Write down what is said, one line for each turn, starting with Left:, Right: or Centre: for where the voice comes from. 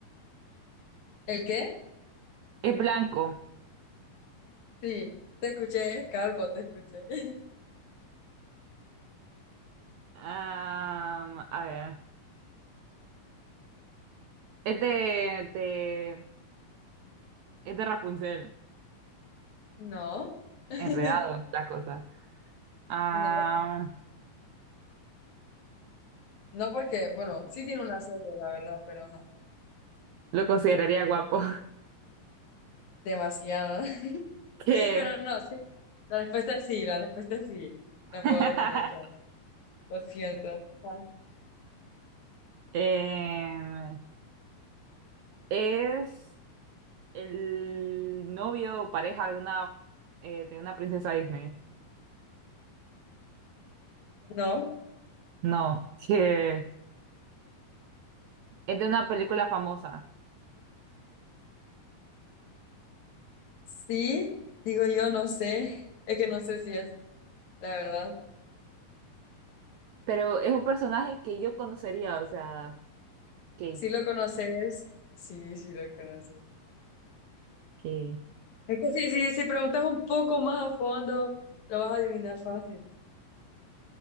Left: ¿El qué?
Right: Es blanco.
Left: Sí. Te escuché, calvo, te escuché. <laughs>
Right: Am, a ver. Es de, de, es de Rapunzel.
Left: No. <laughs>
Right: Enredado, la cosa. Ah,
Left: No. No porque, bueno, sí tiene una serie, la verdad, pero no.
Right: lo consideraría guapo,
Left: Demasiado. <laughs>
Right: <laughs> que
Left: Ey, pero no, sí. La respuesta es sí, la respuesta es sí.
Right: <laughs>
Left: No puedo responder con, lo siento. Ah,
Right: em, es el novio o pareja de una, eh, de una princesa Disney.
Left: No,
Right: No, que es de una película famosa,
Left: sí, digo yo, no sé. Es que no sé si es, la verdad.
Right: pero es un personaje que yo conocería, o sea, que,
Left: Si lo conoces, sí, sí lo conoces.
Right: que...
Left: Es que sí, sí, si preguntas un poco más a fondo, lo vas a adivinar fácil.